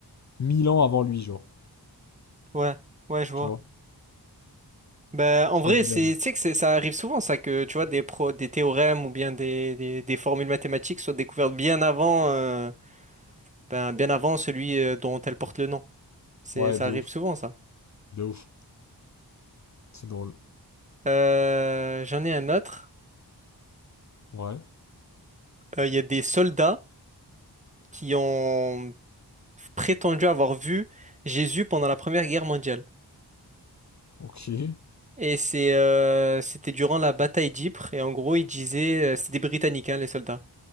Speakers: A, on the left (about 45°); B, on the right (about 15°).
A: 1000 ans avant lui, genre.
B: ouais, ouais, je vois.
A: Tu vois?
B: Ben, en vrai,
A: Babylone.
B: c'est, tu sais que c'est- ça arrive souvent ça que tu vois des pro, des théorèmes ou bien des, des, des formules mathématiques soient découvertes bien avant, euh, ben, bien avant celui euh, dont elles portent le nom. C'est,
A: Ouais,
B: ça
A: de
B: arrive
A: ouf.
B: souvent ça.
A: De ouf. C'est drôle.
B: Euh, j'en ai un autre.
A: Ouais.
B: Euh, Il y a des soldats qui ont prétendu avoir vu Jésus pendant la Première Guerre mondiale.
A: Ok. Eh
B: Et c'est, euh, c'était durant la bataille d'Ypres. Et en gros, ils disaient, euh, c'était des Britanniques, hein, les soldats.